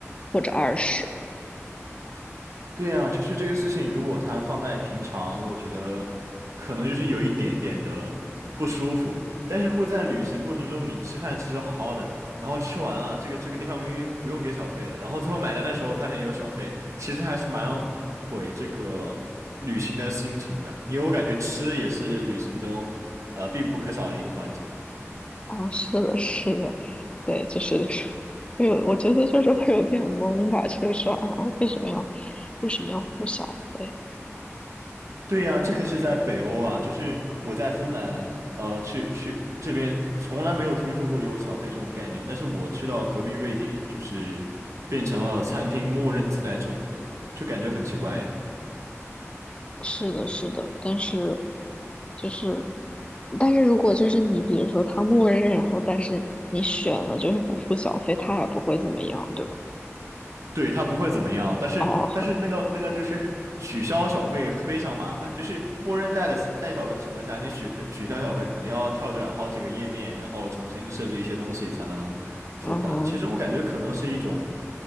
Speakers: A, on the left; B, on the right.
A: 或者二十。
B: 对呀，就是这个事情，如果它放在平常，我觉得可能就是有一点点的不舒服。但是如果在旅行过程中，你吃饭吃的好好的，然后吃完了，这个这个地方明明不用给小费的，然后最后买单的时候发现有小费，其实还是蛮毁这个旅行的心情的，因为我感觉吃也是旅行中呃必不可少的一个环节。
A: 哦，是的，是的，对，就是没有，我觉得就是会有点懵吧，就是说啊，为什么要为什么要付小费？
B: 对呀，这可是在北欧啊，就是我在芬兰，呃，去去这边从来没有听说过有小费这种概念，但是我去到隔壁瑞典，就是变成了餐厅默认自带这种的，就感觉很奇怪耶
A: 是的，是的，但是就是，但是如果就是你，比如说他默认，然后但是你选了就是不付小费，他也不会怎么样，对吧？
B: 对，他不会怎么样，但是但是那个那个就是取消小费非常麻烦，
A: 哦，
B: 就是默认带了带小费的情况下，你取费取消小费可能要跳转好几个页面，然后重新设置一些东西才能付款。
A: 嗯，
B: 其实我感觉可能是一种，